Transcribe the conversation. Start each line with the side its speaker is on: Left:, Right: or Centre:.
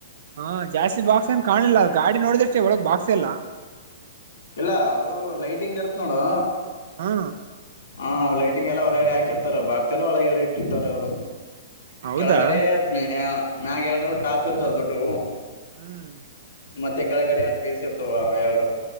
Right: ಹಾ ಜಾಸ್ತಿ ಬಾಕ್ಸನ್ ಕಾಣಿಲ್ಲ ಅ ಗಾಡಿ ನೋಡಿದಷ್ಟೇ ಒಳಗ್ ಬಾಕ್ಸ್ ಎಲ್ಲ
Left: ಇಲ್ಲ ಅದು ಲೈಟಿಂಗ್ ಇರತ್ ನೋಡು
Right: ಹಾ
Left: ಹಾಂ ಲೈಟಿಂಗ್ ಎಲ್ಲ ಹೊರಗಡೆ ಹಾಕಿರ್ತಾರೆ ಭಾಗ್ ಎಲ್ಲ ಒಳಗಡೆ ಇಟ್ಟಿರ್ತಾರೆ ಅವರು
Right: ಹೌದಾ
Left: ಕೆಳಗಡೆ <unintelligible> ನಾಗ ಹೇಳರು ಟಾಪ್ ಇರ್ತವ ದೊಡ್ಡು
Right: ಹ್ಮ್
Left: ಮತ್ತೆ ಕೆಳಗಡೆ ಎರಡು ಬೇಯಿಸಿರ್ತವ ಎರಡು